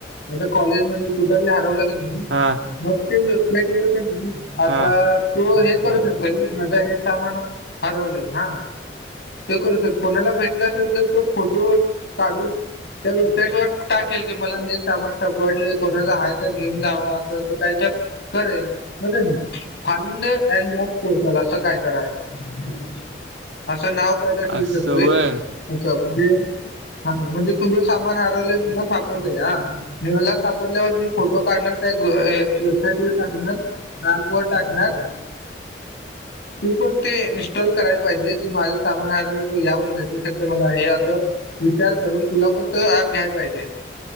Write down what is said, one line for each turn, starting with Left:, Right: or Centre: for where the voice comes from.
Left: आता कॉलेजमध्येध्ये कुठही हरवलं की नाही
Right: हां
Left: मग ते वेबसाईट वर का नाही आता
Right: हा
Left: तो हे करू शकतोय माझं हे सामान हरवलंय हा तो करू शक कोणाला भेटला असेल तर तो फोटो काढून त्या वेबसाईट वर टाकेल की मला हे सामान सपडले कोणाचं आहेय तर घेऊन जावा असं असं काय तर करेलर फाईड अनड लॉस कोर्टल असं काय तर आहे असं नाव काय तर ठेवू
Right: असं
Left: शकतोय
Right: वय
Left: अच्छा म्हणजे हा म्हणजे तु्ही सामान हरवलंय मला सापडलंय हा म मला सापडल्यावर मी फोटो काढणार त्या वेबसाईट वर टाकणार हा, ॲपवर टाकणार तू पण ते इन्स्टॉल कराय पाहिजे तू माझं सामान, हरवलं तर यावर भेटू शकते मला हे विचार करून तुला पण तो ऍप घ्यायला पाहिजे